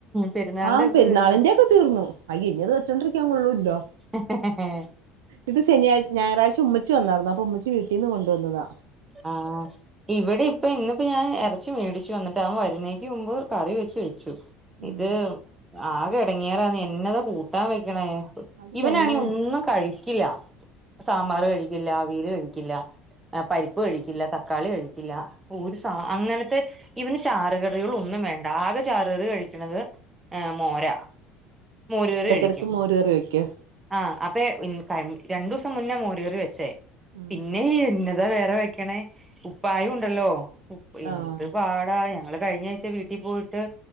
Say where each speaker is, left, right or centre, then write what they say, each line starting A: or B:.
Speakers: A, on the right; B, on the right.
A: പെരുന്നാളിന്റെ
B: ആഹ്
A: ഇറച്ചി
B: പെരുന്നാളിന്റെക്കെ
A: തീർന്നില്ലേ
B: തീർന്നു. അയ്യെ ഇഞ്ഞിത് വെച്ചൊണ്ടിരിക്കാൻ കൊള്ളൂല്ലോ?
A: അ് ഹ് ഹ്
B: ഇത് ശനിയാഴ്ച ഞായറാഴ്ച ഉമ്മച്ച വന്നാർന്നു അപ്പൊ ഉമ്മച്ചി വീട്ടീന്ന് കൊണ്ടുവന്നതാ.
A: ആഹ് ഇവിടെ ഇപ്പ ഇന്നിപ്പോ ഞാൻ ഇറച്ചി മേടിച്ചു വന്നിട്ട് വരുന്നേക്ക് മുമ്പ് കറി വെച്ച് വെ ചു
B: ഉം
A: ഇത് ആകെ ഇടങ്ങീറാന്നെ എന്നതാ കൂട്ടാൻ വെക്കണേ?
B: അത്
A: ഇവനാണെ
B: തന്നെ
A: ഒന്നും കഴിക്കില്ല സാമ്പാർ
B: ഉം
A: കഴിക്കില്ല അവീല് കഴിക്കില്ല. പരിപ്പ് കഴിക്കില്ല തക്കാളി കഴിക്കില്ല ഒരു സ അങ്ങനത്തെ ഇവന് ചാറ്കറികൾ ഒന്നും വേണ്ട ആകെ ചാറുകറി കഴിക്ക്ണത് ഏ മോര. മോരുകറി
B: ഇടക്കിടക്ക്
A: കഴിക്കും
B: മോര് കറി വയ്ക്കോ?
A: ആഹ് അപ്പേ രണ്ടൂസം മുന്നേ മോരകറി വെച്ചേ.
B: ഉം
A: പിന്നെ എന്താ വേറെ വെക്കണേ ഉപ്പായും ഉണ്ടല്ലോ ഉപ്പ എന്ത്
B: ആഹ്
A: പാടാ ഞങ്ങള് കഴിഞ്ഞ ആഴ്ച ച്ച വീട്ടി പോയിട്ട്